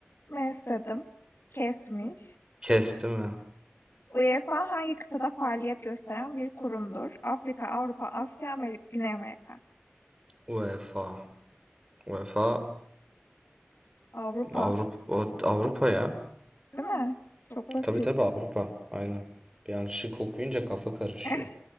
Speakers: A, on the left (about 65°); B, on the right (about 20°).
A: Mes dedim. Kesmiş.
B: Kes değil mi?
A: UEFA hangi kıtada faaliyet gösteren bir kurumdur? Afrika, Avrupa, Asya, Amerika, Güney Amerika.
B: UEFA. UEFA
A: Avrupa,
B: Avrupa Avrupa ya.
A: değil mi? Çok basit.
B: Tabii tabii Avrupa. Aynen. Bir an şık okuyunca kafa karışıyor.
A: Eh,